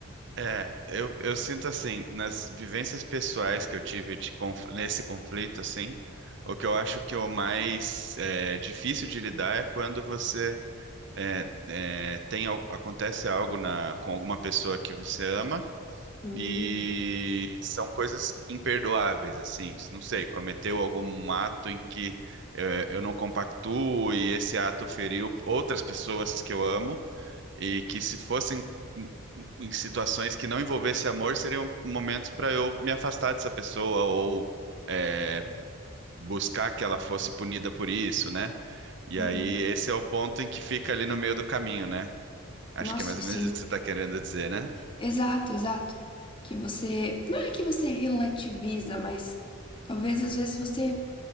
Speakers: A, on the right; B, on the left.
A: É, eu, eu sinto assim, nas vivências pessoais que eu tive de conf- nesse conflito, assim, o que eu acho que o mais é, difícil de lidar é quando você é, é, tem, al- acontece algo na, com alguma pessoa que você ama
B: Hum,
A: e são coisas imperdoáveis, assim, não sei, cometeu algum ato em que é, eu não compactuo e esse ato feriu outras pessoas que eu amo. E que se fossem em em situações que não envolvesse amor, seriam momentos para eu me afastar dessa pessoa ou é, buscar que ela fosse punida por isso, né? E
B: uhum.
A: aí esse é o ponto em que fica ali no meio do caminho, né? Acho
B: Nossa,
A: que é mais ou
B: sim.
A: menos isso que você está querendo dizer, né?
B: Exato, exato. Que você, não é que você relativiza, mas talvez às vezes você